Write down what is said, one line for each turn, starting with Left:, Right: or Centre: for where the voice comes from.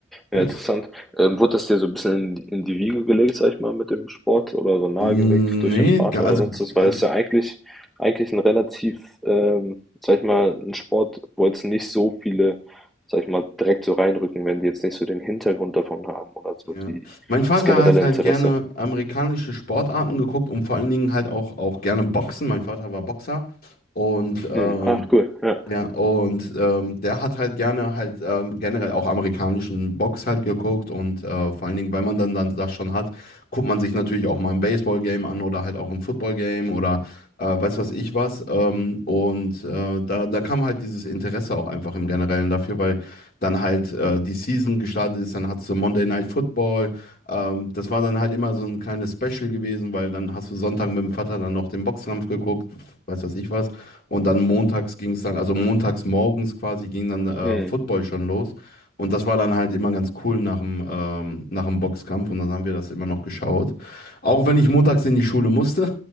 Left: Yes.
Centre: Ja, interessant. Ähm, wurde das dir so ein bisschen in die in die Wiege gelegt, sag ich mal, mit dem Sport oder so nahegelegt
Left: Nee,
Centre: durch deinen Vater
Left: ga- also,
Centre: oder sonst was? Weil
Left: also
Centre: es ja eigentlich, eigentlich ein relativ, ähm, sag ich mal, ein Sport, wo jetzt nicht so viele, sag ich mal, direkt so reinrücken, wenn die jetzt nicht so den Hintergrund davon haben oder so
Left: ja.
Centre: die,
Left: Mein Vater
Centre: das generelle
Left: hat halt
Centre: Interesse.
Left: gerne amerikanische Sportarten geguckt und vor allen Dingen halt auch, auch gerne Boxen. Mein Vater war Boxer und ähm,
Centre: Hm. Ach, cool. Ja.
Left: Ja, und ähm, der hat halt gerne halt ähm, generell auch amerikanischen Box halt geguckt und äh, vor allen Dingen, weil man dann, dann das schon hat, guckt man sich natürlich auch mal ein Baseball-Game an oder halt auch ein Football-Game oder äh, weiß was ich was. Ähm, und äh, da, da kam halt dieses Interesse auch einfach im Generellen dafür, weil dann halt äh, die Season gestartet ist, dann hast du Monday Night Football. Ähm, das war dann halt immer so ein kleines Special gewesen, weil dann hast du Sonntag mit dem Vater dann noch den Boxkampf geguckt, weiß was ich was. Und dann montags ging es dann, also montags morgens quasi ging dann äh,
Centre: Hm.
Left: Football schon los. Und das war dann halt immer ganz cool nach dem, ähm, nach dem Boxkampf und dann haben wir das immer noch geschaut. Auch wenn ich montags in die Schule musste,